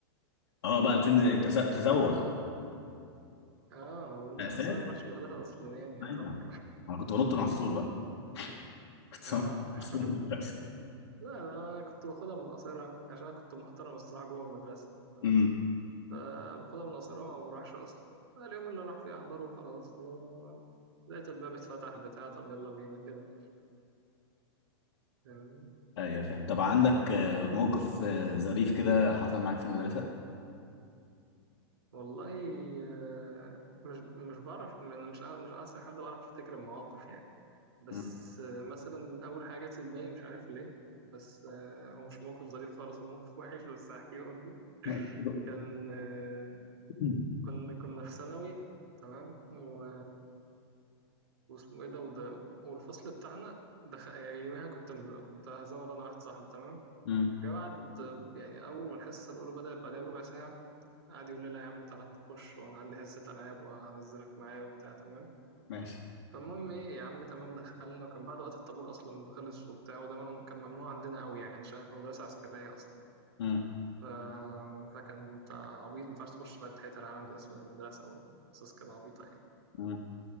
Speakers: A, on the left; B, on the right.
A: اه بقى تنزل تز- تزوغ
B: اه بقول لك
A: مأساة
B: انا في ثانوي ما روحتش المدرسة اصلا يعني يعتبر
A: ايوه انا كنت بنط من على السور بقى
B: <laughs>
A: <laughs> كنت
B: اه
A: بنط
B: <laughs>
A: من على السور
B: لا لا أنا كنت باخدها من قصيرها عشان أنا كنت محترم الصراحة جوه المدرسة تمام
A: <laughs>
B: فباخدها من قصيرها وما بروحش أصلا اليوم اللي راح فيه أحضره وخلاص و... لقيت الباب اتفتح بتاع طب يلا بينا كده فاهمني؟
A: ايوه فاهم طب عندك آه، موقف آه، ظريف كده حصل معاك في المدرسة؟
B: والله آه، مش مش بعرف أنا مش مش أحسن حد بعرف أفتكر المواقف يعني بس
A: مم.
B: آه، مثلا أول حاجة جت في دماغي مش عارف ليه بس آه، هو مش موقف ظريف خالص هو موقف وحش بس هحكيه برضه
A: ماشي.
B: كان آه،
A: مم.
B: كنا كنا في ثانوي تمام و واسمه ايه ده وده والفصل بتاعنا دخل يعني يوميها كنت كنت هزوغ انا واحد صاحبي تمام
A: مم.
B: جه بعد يعني اول ما الحصه الاولى بدات بعدها بربع ساعه قعد يقول لي لا يا عم تعالى نخش وانا عندي حصه العاب وهنزلك معايا وبتاع تمام
A: ماشي
B: فالمهم ايه يا عم تمام دخلنا وكان بعد وقت الطابور اصلا خلص وبتاع وده مم- كان ممنوع عندنا قوي يعني عشان كنا مدرسه عسكريه اصلا
A: مم.
B: ف... فكان بتاع عبيط ما ينفعش تخش بعد تحيه العالم دي اصلا المدرسه وقصص كده عبيطه يعني.
A: مم.